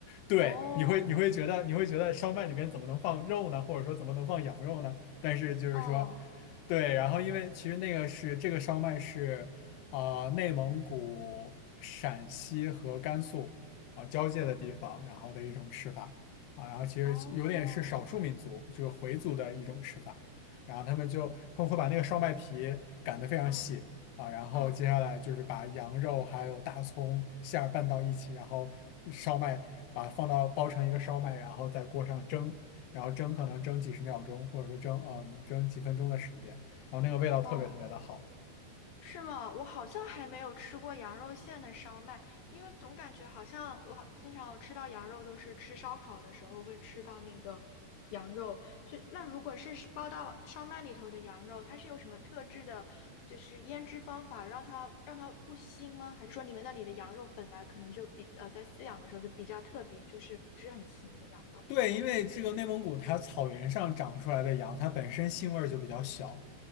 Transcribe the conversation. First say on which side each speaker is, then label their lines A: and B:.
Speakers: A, on the left (about 90°); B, on the left (about 75°).
A: 对，
B: 哦，
A: 你会你会觉得你会觉得烧麦里面怎么能放肉呢？或者说怎么能放羊肉呢？但是就是说，
B: 哦，
A: 对，然后因为其实那个是这个烧麦是啊、呃内蒙古、陕西和甘肃啊、交界的地方，然后的一种吃法啊，然后其实有点是少数民族，
B: 哦，
A: 就是回族的一种吃法。然后他们就他们会把那个烧麦皮擀的非常细，
B: 嗯
A: 啊，然后接下来就是把羊肉还有大葱馅儿拌到一起，
B: 嗯
A: 然后烧麦把它放到包成一个烧麦，然后在锅上蒸，然后蒸可能蒸几十秒钟，或者说蒸嗯蒸几分钟的时间，然后那个味道特别特别的好。
B: 嗯。是吗？我好像还没有吃过羊肉馅的烧麦，因为总感觉好像我好经常吃到羊肉都是吃烧烤的时候会吃到那个羊肉。就那如果是包到烧麦里头的羊肉，它是有什么特制的，就是腌制方法让它让它不腥吗？还是说你们那里的羊肉本来可能就比呃在饲养的时候就比较特别，就是不是很腥的羊肉？
A: 对，因为这个内蒙古它草原上长出来的羊，它本身腥味儿就比较小，